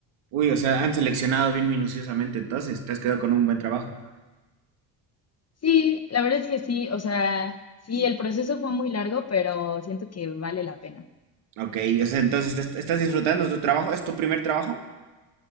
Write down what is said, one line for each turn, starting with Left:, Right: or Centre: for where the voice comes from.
Right: Uy, o sea, han seleccionado bien minuciosamente, entonces, te has quedado con un buen trabajo.
Left: Sí, la verdad es que sí, o sea, sí, el proceso fue muy largo, pero siento que vale la pena.
Right: Ok, o sea, entonces, ¿est- ¿estás disfrutando de tu trabajo? ¿Es tu primer trabajo?